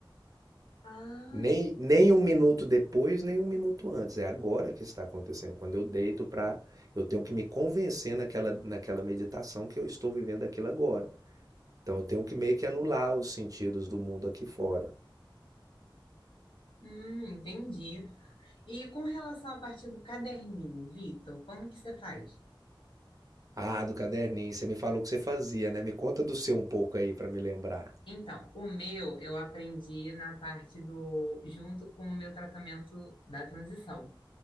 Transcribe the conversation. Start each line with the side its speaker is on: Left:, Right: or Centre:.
Left: Ah,
Right: Nem, nem um minuto depois, nem um minuto antes. É agora que está acontecendo. Quando eu deito para. Eu tenho que me convencer naquela, naquela meditação que eu estou vivendo aquilo agora. Então eu tenho que meio que anular os sentidos do mundo aqui fora.
Left: hum, entendi. E com relação à parte do caderninho, Vitor, como que você faz?
Right: Ah, do caderninho, você me falou que você fazia, né? Me conta do seu um pouco aí para me lembrar.
Left: Então, o meu eu aprendi na parte do, junto com o meu tratamento da transição.